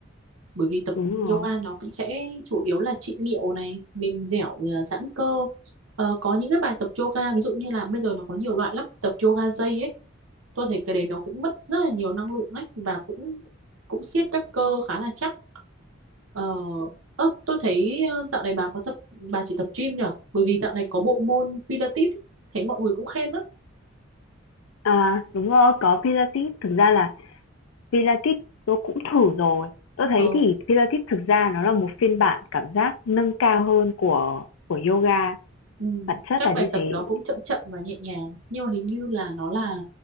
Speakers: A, on the right; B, on the left.
A: bởi vì tập
B: đúng rồi
A: yoga nó cũng sẽ chủ yếu là trị liệu này mềm dẻo à, giãn cơ Ờ, có những cái bài tập yoga ví dụ như là bây giờ nó có nhiều loại lắm tập yoga dây ấy tôi thấy cái đấy nó cũng mất rất là nhiều năng lượng đấy và cũng cũng siết các cơ khá là chắc Ờ, ơ, tôi thấy ờ, dạo này bà có tập bà chỉ tập gym nhỉ bởi vì dạo này có bộ môn Pilates ấy, thấy mọi người cũng khen lắm
B: à đúng rồi có pilates thực ra là pilates tôi cũng thử rồi tôi thấy
A: Ờ,
B: thì pilates thực ra nó là một phiên bản cảm giác nâng cao hơn của của yoga
A: Ừ.
B: bản chất
A: Các
B: là như
A: bài tập
B: thế
A: nó cũng chậm chậm và nhẹ nhàng nhưng mà hình như là nó là